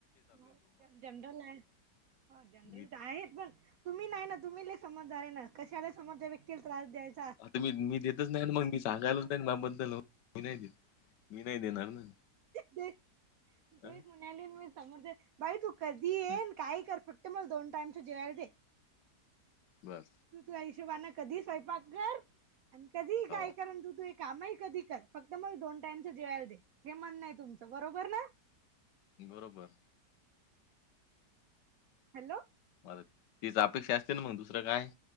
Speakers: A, on the right; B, on the left.
A: हो जनरल आहे हो जनरल
B: मी
A: आहे पण. तुम्ही नाही ना तुम्ही समजदार आहे ना कशाला समोरच्या व्यक्तीला त्रास देईचा
B: आता मी मी देतच नाही मग मी सांगायलाच नाही म बद्दल मी नाही देत. मी नाही देणार ना
A: ते तेच
B: हा?
A: म्हणाली मी समोर. बाई तू कधी येन
B: हं,
A: काही कर फक्त मग दोन टाइम च जेवायला दे.
B: बर.
A: तू तू हिशोबाने कधी स्वयंपाक कर आणि कधी
B: हो
A: काय करण तू तू काम ही कधी कर फक्त मला दोन टाईमच जेवायला दे हे म्हणणंय तुमचं बरोबर ना?
B: बरोबर.
A: हॅलो
B: म तीच अपेक्षा असते ना मग दुसरं काय